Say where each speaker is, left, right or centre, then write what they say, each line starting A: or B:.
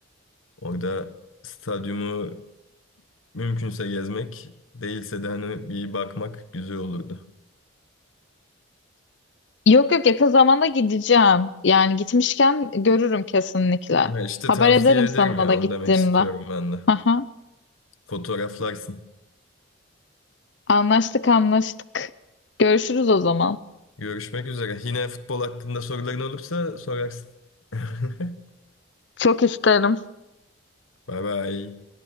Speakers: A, on the left; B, on the left.
A: Orada stadyumu mümkünse gezmek, değilse de hani bir bakmak güzel olurdu.
B: Yok yok yakın zamanda gideceğim. Yani gitmişken görürüm kesinlikle.
A: Ha işte
B: Haber
A: tavsiye
B: ederim
A: ederim
B: sana
A: ya,
B: da gittiğimde.
A: onu demek istiyorum ben de.
B: Aha,
A: Fotoğraflarsın.
B: anlaştık anlaştık. Görüşürüz o zaman.
A: Görüşmek üzere. Yine futbol hakkında soruların olursa sorarsın. <laughs>
B: Çok isterim.
A: Bye bye.